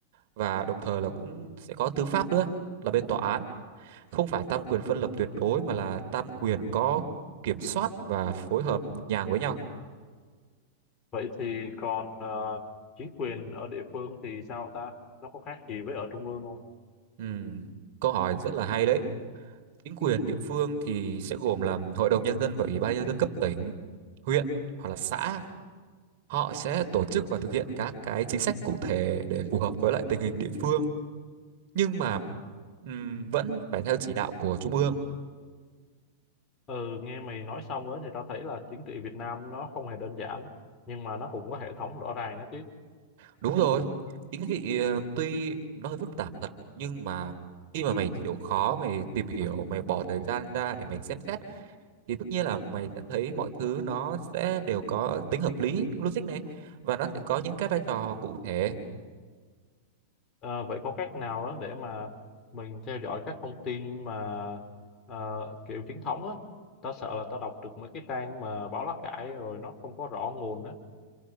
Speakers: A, on the right (about 60°); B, on the left (about 30°).
A: và đồng thời là cũng sẽ có tư pháp nữa là bên tòa án không phải tam quyền phân lập tuyệt đối mà là tam quyền có kiểm soát và phối hợp nhịp nhàng với nhau
B: Vậy thì còn ờ, chính quyền ở địa phương thì sao ta? Nó có khác gì với ở trung ương không?
A: Ừm, câu hỏi rất là hay đấy chính quyền địa phương thì sẽ gồm là hội đồng nhân dân và ủy ban nhân dân cấp tỉnh huyện hoặc là xã họ sẽ tổ chức và thực hiện các cái chính sách cụ thể để phù hợp với lại tình hình địa phương nhưng mà ừm, vẫn phải theo chỉ đạo của trung ương
B: Ừ, nghe mày nói xong á thì tao thấy là chính trị Việt Nam nó không hề đơn giản nhưng mà nó cũng có hệ thống rõ ràng á chứ.
A: Đúng rồi, chính vì ờ, tuy nó hơi phức tạp thật nhưng mà khi mà mày chịu khó, mày tìm hiểu, mày bỏ thời gian ra để mày xem xét thì tất nhiên là mày sẽ thấy mọi thứ nó sẽ đều có tính hợp lý, logic này và nó sẽ có những cái vai trò cụ thể.
B: Ờ, vậy có cách nào đó để mà mình theo dõi các thông tin mà ờ, kiểu chính thống á ta sợ là ta đọc được mấy cái trang mà báo lá cải rồi nó không có rõ nguồn á